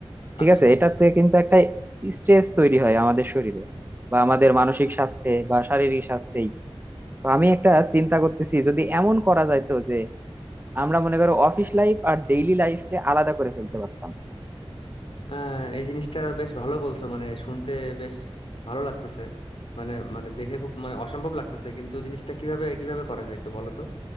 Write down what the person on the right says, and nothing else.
ঠিক
আছে এটাতে কিন্তু একটা স্ট্রেস তৈরি হয় আমাদের শরীরে বা আমাদের মানসিক স্বাস্থ্যে বা শারীরিক স্বাস্থ্যেই তো আমি একটা চিন্তা করতেছি যদি এমন করা যাইতো আমরা মনে করো অফিস লাইফ আর ডেইলি লাইফকে আলাদা করে ফেলতে পারতাম